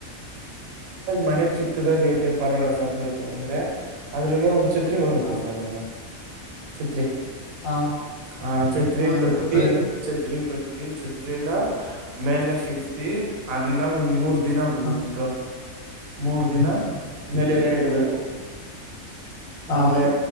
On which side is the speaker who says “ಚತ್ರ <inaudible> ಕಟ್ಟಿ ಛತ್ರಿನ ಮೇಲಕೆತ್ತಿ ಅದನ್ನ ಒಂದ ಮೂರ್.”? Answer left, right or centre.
Right